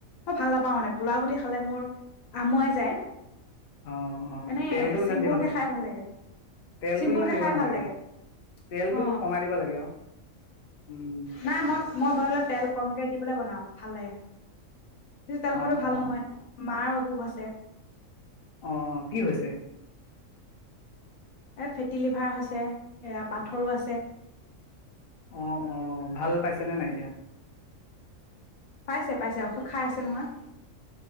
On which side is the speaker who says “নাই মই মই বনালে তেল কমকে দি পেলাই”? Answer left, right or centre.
Left